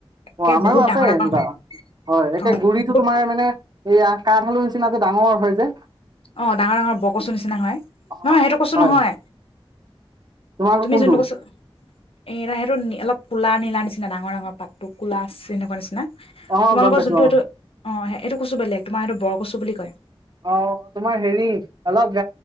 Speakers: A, on the left; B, on the right.
A: একে
B: অ আমাৰো
A: বহুত
B: আছে
A: ডাঙৰ
B: এনেকুৱা
A: ডাঙৰ হয়
B: হয় একে
A: অ
B: গুৰিটো
A: বহুত
B: তোমাৰ মানে এইয়া কাঠ আলুৰ নিচিনা যে ডাঙৰ হয় যে
A: অ ডাঙৰ ডাঙৰ বৰকচু নিচিনা হয়,
B: অ অ
A: নহয় সেইটো কছো
B: হয়
A: নহয়,
B: তোমালোকৰ
A: তুমি
B: কোনটো
A: যোনটো কচু এ সেইটো অলপ কলা নীলা নিচিনা ডাঙৰ ডাঙৰ পাত টুকুলাছ সেনেকুৱা নিচিনা
B: অ
A: তোমালোকৰ
B: গম পাইছো
A: যোনটো
B: অ
A: এইটো অ এইটো কচু বেলেগ তোমাৰ সেইতো বৰ কচু বুলি কয়।
B: অ তোমাৰ হেৰি অলপ